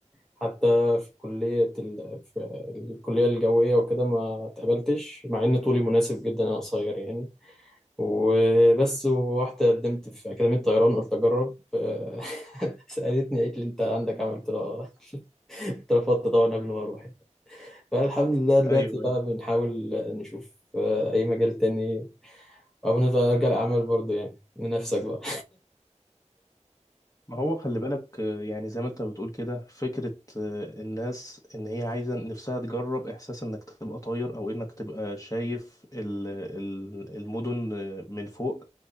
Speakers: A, in the centre; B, on the left.
A: حتى في كلية ال... في الكلية الجوية وكده ما اتقبلتش مع إن طولي مناسب جدا أنا قصير يعني وبس ورحت قدمت في أكاديمية طيران قلت أجرب <laughs> آه، سألتني قالت لي أنت عندك عمل قلت لها آه. اترفضت طبعا قبل ما اروح يعني. فالحمد لله دلوقتي
B: ايوه أيوة.
A: بقى بنحاول نشوف آه، اي مجال تاني او نرجع للعمل برضه يعني من نفسك بقى
B: ما هو خلي بالك آه، يعني زي ما انت بتقول كده فكرة آه، الناس ان هي عايزة نفسها تجرب احساس انك تبقى طاير او انك تبقى شايف ال- ال- المدن آه، من فوق